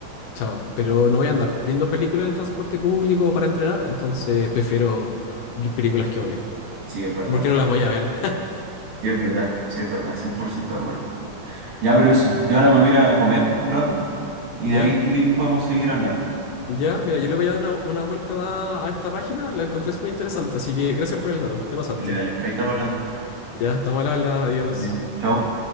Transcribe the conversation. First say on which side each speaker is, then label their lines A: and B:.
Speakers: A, on the left (about 70°); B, on the right (about 80°).
A: Chao. Pero no voy a andar viendo películas en el transporte público para entrenar, entonces prefiero vi- películas que odio.
B: sí, es verdad.
A: Porque no las voy a ver.
B: Sí, es verdad, sí, es verdad, 100% de acuerdo. Ya, pero eso. Yo ahora me voy a ir a comer un rato y
A: <laughs> ¿Ya?
B: de ahí, si queréis, podemos seguir hablando.
A: Ya, mira, yo le voy a dar una, una vuelta más a esta página. La encontré súper interesante, así que gracias por el dato. Te pasaste.
B: Dale, dale. Ahí estamos hablando.
A: Ya, estamos al habla. Adiós.
B: Bien. Chao.